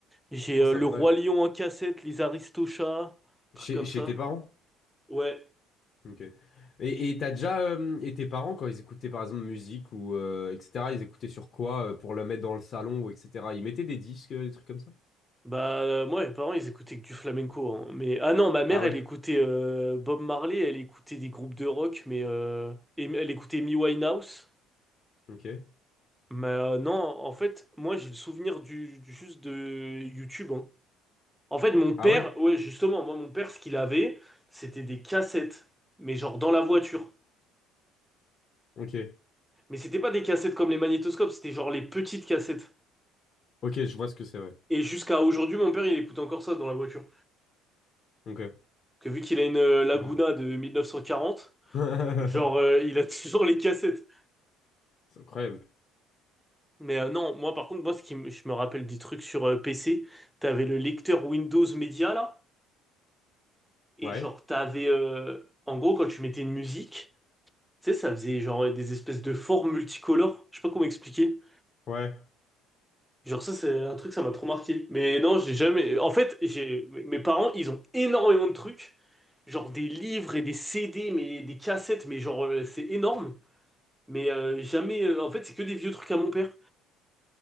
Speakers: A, in the centre; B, on the left (about 45°).
A: j'ai
B: Oh,
A: euh,
B: c'est
A: Le
B: incroyable.
A: Roi Lion en cassette, les Aristochats, trucs
B: Chez,
A: comme
B: chez
A: ça.
B: tes parents?
A: Ouais.
B: Ok. Et et t'as déjà euh, et tes parents quand ils écoutaient par exemple musique ou euh, etc. Ils écoutaient sur quoi euh, pour le mettre dans le salon ou etc. Ils mettaient des disques, euh, des trucs comme ça?
A: Bah, euh, moi, mes parents, ils écoutaient que du flamenco. hein. Mais, ah non, ma mère,
B: Ah ouais.
A: elle écoutait euh, Bob Marley, elle écoutait des groupes de rock, mais euh, et- elle écoutait Amy Winehouse.
B: Ok.
A: Mais euh, non, en fait, moi, j'ai le souvenir du, du- juste de YouTube. hein. En fait, mon père,
B: Ah ouais.
A: ouais, justement, moi, mon père, ce qu'il avait, c'était des cassettes, mais genre dans la voiture.
B: Ok.
A: Mais c'était pas des cassettes comme les magnétoscopes, c'était genre les petites cassettes.
B: Ok, je vois ce que c'est. Ouais.
A: Et jusqu'à aujourd'hui, mon père, il écoute encore ça dans la voiture.
B: Ok.
A: Que vu qu'il a une euh, Laguna
B: Wow.
A: de 1940,
B: <laughs>
A: genre, euh, il a <laughs> toujours les cassettes.
B: C'est incroyable.
A: Mais euh, non, moi, par contre, moi, ce qui me- je me rappelle des trucs sur euh, PC, t'avais le lecteur Windows Media, là, et
B: Ouais.
A: genre, t'avais, euh, en gros, quand tu mettais une musique, tu sais, ça faisait genre des espèces de formes multicolores, je sais pas comment expliquer.
B: Ouais.
A: Genre ça, c'est un truc, ça m'a trop marqué. Mais non, j'ai jamais... En fait, j'ai... mes parents, ils ont énormément de trucs. Genre des livres et des CD, mais des cassettes, mais genre, euh, c'est énorme. Mais euh, jamais... euh, En fait, c'est que des vieux trucs à mon père.